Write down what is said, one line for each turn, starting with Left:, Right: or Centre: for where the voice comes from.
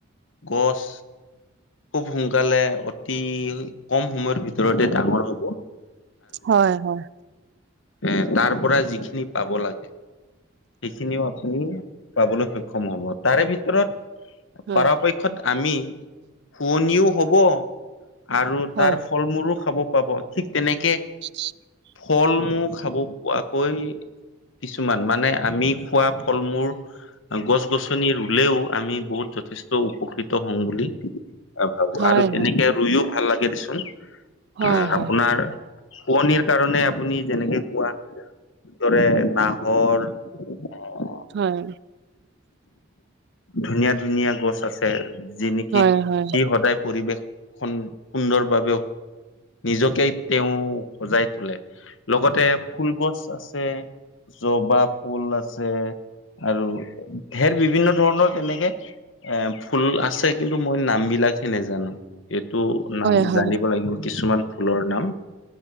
Left: গছ, খুব সোনকালে অতি কম সময়ৰ ভিতৰতে ডাঙৰ হ'ব।
Right: হয় হয়।
Left: উম তাৰ পৰা যিখিনি পাব লাগে সেইখিনিও আপুনি। পাবলৈ সক্ষম হব তাৰে ভিতৰত
Right: হয়
Left: পাৰাপক্ষত
Right: হয়
Left: আমি। শুৱনিও হব আৰু
Right: হয়
Left: তাৰ
Right: হয়
Left: ফল মূলো খাব পাব ঠিক তেনেক
Right: <unintelligible>
Left: ফলমু খাব পোৱাকৈ কিছুমান মানে আমি খোৱা ফল মূৰ গছ-গছনি ৰুলেও আমি বহুত যথেষ্ট উপকৃত হওঁ বুলি অ ভাল
Right: হয়
Left: আৰু
Right: হয় হয়
Left: তেনেকে ৰুইও ভাল লাগে দেচোন। আহ
Right: হয় হয়
Left: আপোনাৰ শুৱনিৰ কাৰণে আপুনি যেনেকে। কোৱা যিদৰে নাহৰ উম
Right: হয়।
Left: ধুনীয়া ধুনীয়া গছ আছে। যি নিকি
Right: হয় হয় হয় হয়
Left: সি সদায় পৰিৱেশখন। সুন্দৰভাৱেও নিজকে তেওঁ সজাই তোলে লগতে। ফুল গছ আছে জবা ফুল আছে। আৰু ধেৰ বিভিন্ন। ধৰণৰ তেনেকে এ ফুল আছে কিন্তু মই নাম বিলাকহে নেজানো। এইটো নাম
Right: হয়
Left: জানিব লাগিব কিছুমান ফুলৰ নাম।